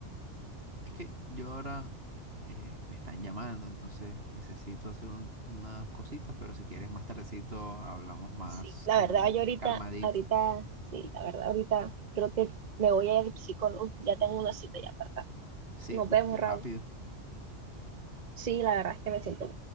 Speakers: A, on the right; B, on the right.
A: es que yo ahora eh, me están llamando, entonces necesito hacer un- unas cositas, pero si quieres más tardecito hablamos más
B: Sí, la
A: como
B: verdad, yo ahorita,
A: calmadito.
B: ahorita, sí, la verdad, ahorita creo que me voy a ir al psicólogo, ya tengo una cita ya apartada.
A: Sí,
B: Nos
A: uy,
B: vemos,
A: qué rápido.
B: Raúl. Sí, la verdad es que me siento